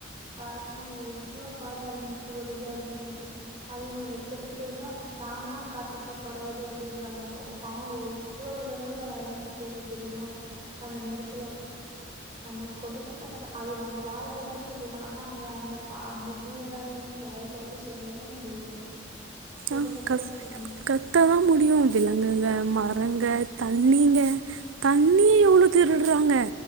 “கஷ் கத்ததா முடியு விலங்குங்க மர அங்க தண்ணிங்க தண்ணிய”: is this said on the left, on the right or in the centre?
Right